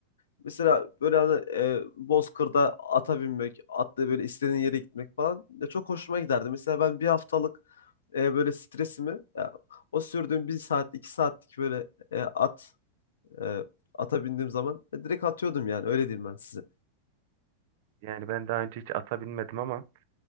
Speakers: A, on the left; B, on the right.
A: mesela böyle hani, e, Bozkır'da ata binmek, atla böyle istediğin yere gitmek falan ya çok hoşuma giderdi. Mesela ben bir haftalık e, böyle stresimi ya, o sürdüğüm bir saat, iki saatlik böyle e, at e, ata bindiğim zaman e, direkt atıyordum yani öyle diyeyim ben size.
B: Yani ben daha önce hiç ata binmedim ama